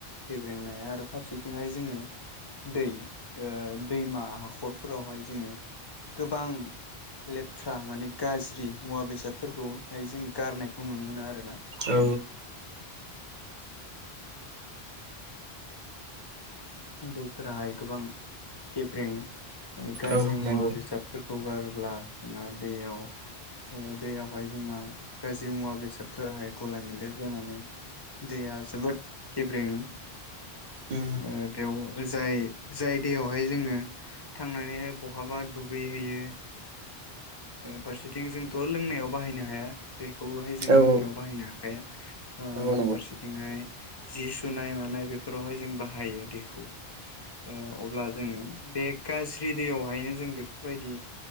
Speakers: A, on the left; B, on the right.
A: गेब्रेंनाय आरो फारसेथिंहाय जोंङो दै ओ दैमा हाखरफोरावहाय जोंङो गोबां लेथ्रा माने गाज्रि मुवा बेसादफोरखौहाय जों गारनायखौ नुनो मोना आरोना <inaudible>
B: औ
A: दैफोराहाय गोबां गेब्रेङो माने गाज्रि
B: औ
A: मुवा
B: नंगौ
A: बेसादफोरखौ गारोब्ला जोंहा दैयाव ओ दैयावहाय जोंहा गाज्रि मुवा बेसादफोराहाय गलाय मोन्देर जानानै दैया जोबोद खेब्रेङो
B: औ
A: ओ बेव जाय जाय दैयावहाय जोङो थांनानैहाय बहाबा दुगैहैयो फारसेथिं जोंथ' लोंनायाव बाहायनो हाया बेखौहाय जों
B: औ
A: लोंनायाव बाहायनो हाखाया।
B: नंगौ नंगौ
A: फारसेथिंहाय जि सुनाय मानाय बेफोरावहाय जों बाहायो दैखौ। ओ अब्ला जोङो बे गाज्रि दैयावहायनो जों बेफोरबायदि